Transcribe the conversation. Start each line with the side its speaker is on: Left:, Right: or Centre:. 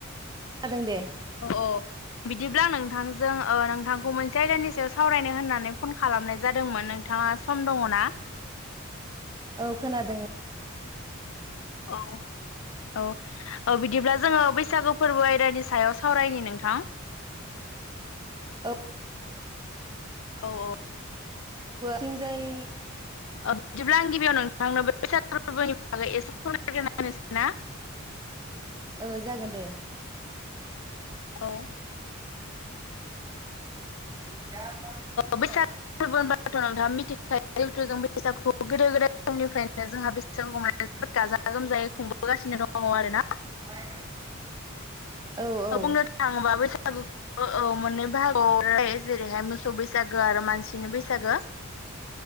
Right: जादों दे।
Left: औ बिदिब्ला नोंथांजों नोंथांखौ मोनसे आयदानि सायाव सावरायनो होननानै फन खालाम खालामनाय जादोंमोन नोंथाङा सम दङ ना?
Right: औ खोनादों।
Left: औ औ औ बिदिब्ला जोङो बैसागु फोरबो आइ दा नि सायाव सावरायनि नोंथां।
Right: औ
Left: औ औ।
Right: थिंजाय
Left: अ बिदिब्ला आं गिबियाव नोंथांनोबो बैसागु फोरबोनि बागै एसे फोरमाय ग्रोनि आरोना।
Right: औ जागोन दे।
Left: औ
Right: <unintelligible>
Left: बैसागु फोरबो होनबाथ' नोंथाङा मिथिखायो इउटुबजों बैसागु गोदो गोदाय समनिफ्रायनो जोंहा बैसागु जोबोद गाजा गोमजायै खुंबोगासिनो दङ आरो ना।
Right: <unintelligible> उम
Left: बुंनो थाङोबा बैसागुखौ मोननै बाहागोआव राननाय जायो जेरैहाय मोसौ बैसागो आरो मानसिनि बैसागो।